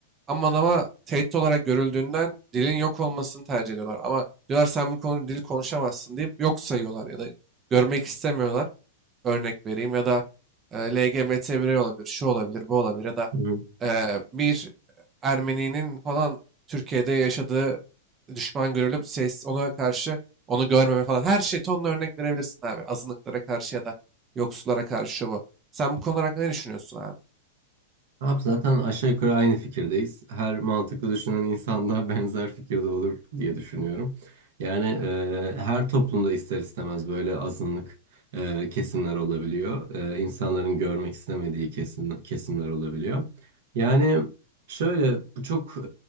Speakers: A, on the right (about 25°); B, on the right (about 65°).
A: Ama adama tehdit olarak görüldüğünden dilin yok olmasını tercih ediyorlar. Ama diyorlar sen bu konu dil konuşamazsın deyip yok sayıyorlar ya da görmek istemiyorlar örnek vereyim ya da e, LGBT birey olabilir, şu olabilir, bu olabilir ya da
B: hı hı.
A: e, bir Ermeni'nin falan Türkiye'de yaşadığı düşman görülüp ses ona karşı onu görmeme falan her şey tonla örnek verebilirsin abi. Azınlıklara karşı ya da yoksullara karşı şu bu. Sen bu konular hakkında ne düşünüyorsun abi?
B: Abi zaten aşağı yukarı aynı fikirdeyiz. Her mantıklı düşünen insan da <laughs> benzer fikirde olur diye düşünüyorum. Yani e, her toplumda ister istemez böyle azınlık e, kesimler olabiliyor. E, insanların görmek istemediği kesim, kesimler olabiliyor. Yani şöyle bu çok e,